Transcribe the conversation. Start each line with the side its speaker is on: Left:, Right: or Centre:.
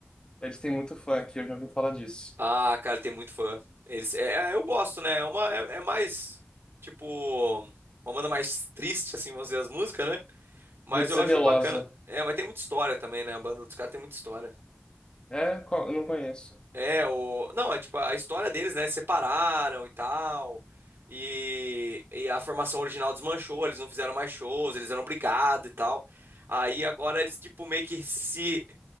Left: Eles têm muito fã aqui, eu já ouvi falar disso.
Right: Ah, cara, ele tem muito fã. Eles, é, é, eu gosto, né? É uma, é, é mais, tipo, uma banda mais triste, assim, vamos dizer, as músicas, né? Mas
Left: Vou dizer
Right: eu acho
Left: Melosa.
Right: bacana. É, mas tem muita história também, né? A banda dos caras tem muita história.
Left: É? Qual? Eu não conheço.
Right: É, o... Não, é tipo a história deles, né? Separaram e tal. E, e a formação original desmanchou, eles não fizeram mais shows, eles eram brigados e tal. Aí agora eles, tipo, meio que se